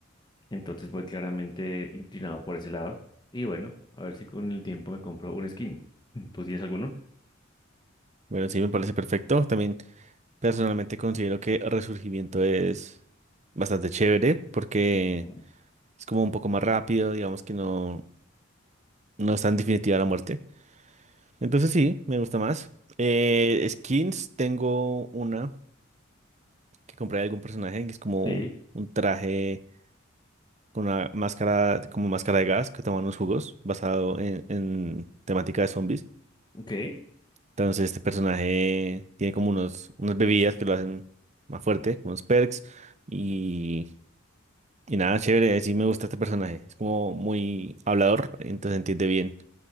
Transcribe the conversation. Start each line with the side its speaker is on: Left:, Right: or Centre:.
Left: entonces voy claramente inclinado por ese lado. Y bueno, a ver si con el tiempo me compro un skin. <laughs> ¿Tú tienes alguno?
Right: Bueno, sí, me parece perfecto. También personalmente considero que Resurgimiento es bastante chévere porque
Left: Ujú.
Right: es como un poco más rápido, digamos que no, no es tan definitiva la muerte. Entonces sí, me gusta más. Eh, skins, tengo una que compré de algún personaje, que es como
Left: Sí,
Right: un traje con una máscara, como máscara de gas que toma unos jugos basado en, en temática de zombies.
Left: ok.
Right: Entonces este personaje tiene como unos, unas bebidas que lo hacen más fuerte, como unos perks y, y nada, chévere, sí me gusta este personaje. Es como muy hablador, entonces entiende bien,